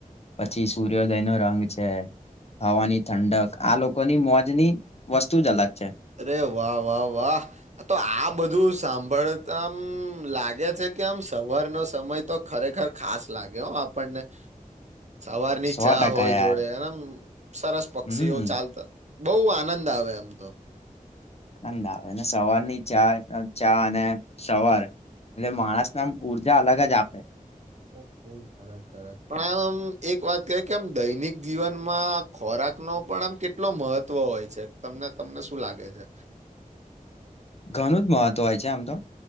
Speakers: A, on the left (about 45°); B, on the right (about 55°).
A: પછી સૂર્યોદય નો રંગ છે. હવાની ઠંડક આ લોકોની મોજની વસ્તુ જ અલગ છે,
B: અરે વાહ વાહ વાહ તો આ બધું સાંભળતામ લાગે છે, કેમ સવારનો સમય તો ખરેખર ખાસ લાગે હો આપણને સવાર ની
A: સો
B: ચા
A: ટકા
B: હોય
A: યાર
B: જોડે એ સરસ પક્ષીઓ
A: હમ
B: ચાલતા બહુ આનંદ આવે આમ તો
A: આંદ આવે સવાર ની ચા ચા અને સવાર એટલે માણસ નામ ઊર્જા અલગ જ આપે.
B: બઉ બઉ સરસ સરસ. પણ આમ આમ એક વાત કહે કે આમ દૈનિક જીવનમાં ખોરાક નો પણ આમ કેટલો મહત્વ હોય છે તમને તમને શું લાગે છે.
A: ઘણું જ મહત્વ હોય છે આમ તો.